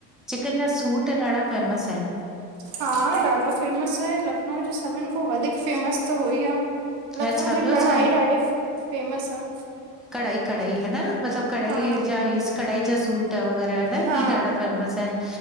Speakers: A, in the centre; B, on the right.
A: चिकन जा सूट। ॾाढा फेमस आहिन
B: हा ॾाढो फेमस आहे लखनऊ जो सभिनि खां वधीक फेमस त हुअ ई आ लखनऊ
A: ऐं छा
B: जी
A: ॿियो
B: कढ़ाई
A: छा आहे
B: ॾाढी फे फेमस आ।
A: कढ़ाई कढ़ाई हेन मतलब कढ़ाई
B: हा
A: जा ई कढ़ाई जा सूट वग़ैरा हेन
B: हा
A: ही ॾाढा फे- वसा आहिन